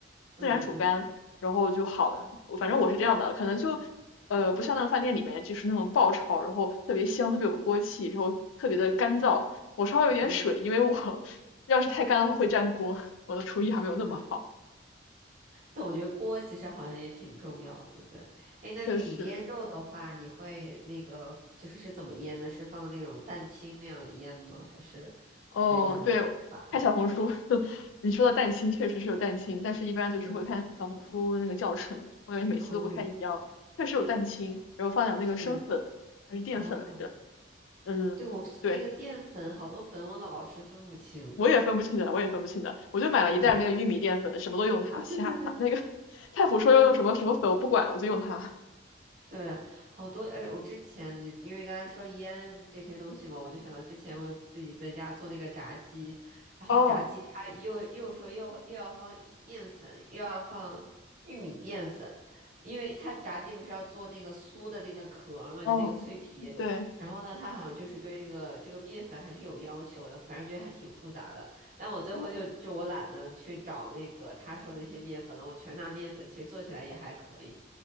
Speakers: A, on the right (about 40°); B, on the left (about 85°).
A: 嗯嗯
B: 自然煮干。然后就好了。反正我是这样的，可能就呃不像那个饭店里面就是那种爆炒，然后特别香，特别有锅气，然后特别的干燥。我稍微有点水，
A: 嗯嗯，
B: 因为我要是太干的话会粘锅，我的厨艺还没有那么好。
A: 是。但我觉得锅其实好像也挺重要的，对。哎，那你腌肉的话，
B: 确实，
A: 你会那个就是是怎么腌呢？是放那种蛋清那样腌吗？还是
B: 哦，
A: 呃有什么做法吗？
B: 对，看小红书，<laughs> 你说的蛋清确实是有蛋清，但是一般就是会看小红书那个教程，
A: 嗯
B: 我感觉每次都不太一样。
A: 嗯，
B: 确实有蛋清，然后放点那个生粉还是淀粉来着，
A: 是哦，
B: 嗯，
A: 对，我是那个淀粉，
B: 对，
A: 好多粉我老是分不清。
B: 我也分不清的，我也分不清的，我就买了一袋那个玉米淀粉，
A: 对，
B: 什么都用它，
A: 啊，对对对
B: 其他它那个菜谱说要用什么什么粉，
A: 对。
B: 我不管，我就用它。
A: 对，好多，而且我之前你因为刚才说腌这些东西嘛，我就想到之前我自己在家做那个炸鸡，然后炸鸡它又又说又又要放面粉，
B: 哦，
A: 又要放玉米淀粉，因为它炸鸡不是要做那个酥的那个壳儿嘛，
B: 嗯，
A: 就那个脆皮，
B: 对，
A: 然后呢，它好像就是对这个这个面粉还是有要求的，反正觉得还挺复杂的。但我最后就就我懒得去找那个他说那些面粉了，我全拿面粉，其实做起来也还可以。